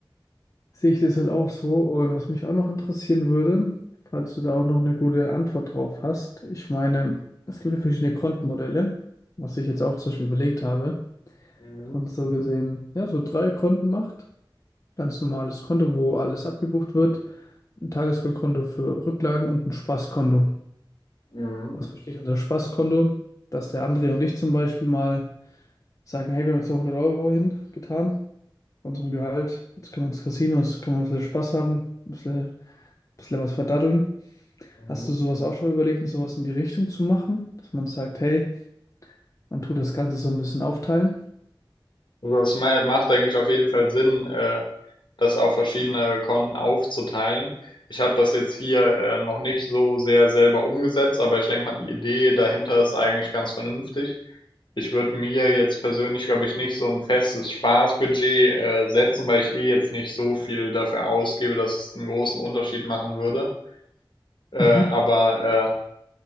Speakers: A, on the left; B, on the left.
A: sehe ich das halt auch so. Und was mich auch noch interessieren würde, falls du da auch noch eine gute Antwort drauf hast, ich meine, es gibt ja verschiedene Kontenmodelle, was ich jetzt auch zum Beispiel überlegt habe,
B: Mhm.
A: dass man so gesehen, ja, so drei Konten macht. Ganz normales Konto, wo alles abgebucht wird, ein Tagesgeldkonto für Rücklagen und ein Spaßkonto.
B: Mhm.
A: was verstehe ich unter Spaßkonto, dass der André und ich zum Beispiel mal sagen, hey, wir haben jetzt da hundert Euro hingetan von unserem Gehalt, jetzt können wir ins Casino, jetzt können wir ein bisschen Spaß haben, ein bisschen, ein bisschen was verdaddeln.
B: Mhm.
A: Hast du sowas auch schon mal überlegt, sowas in die Richtung zu machen, dass man sagt, hey, man tut das Ganze so ein bisschen aufteilen?
B: Also, das ma macht, denke ich, auf jeden Fall Sinn, äh das auf verschiedene Konten aufzuteilen. Ich habe das jetzt hier äh, noch nicht so sehr selber umgesetzt, aber ich denke mal, die Idee dahinter ist eigentlich ganz vernünftig. Ich würde mir jetzt persönlich, glaube ich, nicht so ein festes Spaßbudget äh, setzen, weil ich eh jetzt nicht so viel dafür ausgebe, dass es einen großen Unterschied machen würde. Äh,
A: Mhm.
B: aber äh,